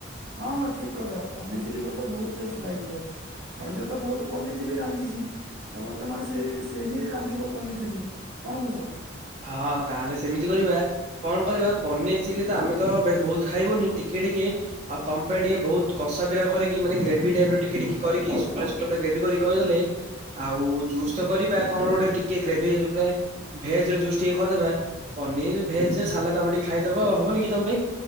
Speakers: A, on the right; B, on the right.
A: ହଁ ହଁ ଠିକ୍ କଥା ପନିର ଚିଲି କଲେ ତ ବହୁତ ଟେଷ୍ଟ ଲାଗିବ। ପଡିଚେ ତ ବହୁତ ପନିର ଚିଲି ରାନ୍ଧିଛି। ଏ ବର୍ତ୍ତମାନ ସେ ସେ ହିଁ ରାନ୍ଧିବ ପନିର ଚିଲି କଣ କହୁଛ?
B: ହଁ ତାହେଲେ ସେମିତି କରିବା। କଣ କରିବା ପନିର ଚିଲି ତ ଆମେ ତ ବେ ବହୁତ ଖାଇବୁନି ଟିକେ ଟିକେ। ଆଉ ତମ ପାଇଁ ଟିକେ ଭଉତ କଷା ବିରା କରିକ ମାନେ ଗ୍ରେଭି ଟାଇପର ଟିକେ ଟିକେ କରିକି ଶୁକିଲ। ଶୁକିଲା ପୁରା ଗ୍ରେଭିକରିକି କହିବାକୁ ଗଲେ। ଆଉ ଜୁସ୍ ତ କରିବା କଣ ଗୋଟେ ଟିକେ ଗ୍ରେଭି ଉପରେ ଭେଜ୍ ଜିଅ ଜୁସ୍ ଟିକେ କରିଦେବା ପନିର ଭେଜ ସାଲାଡ ଆମେ ଟିକେ ଖାଇଦବା ହବନି କି ତମ ପାଇଁ?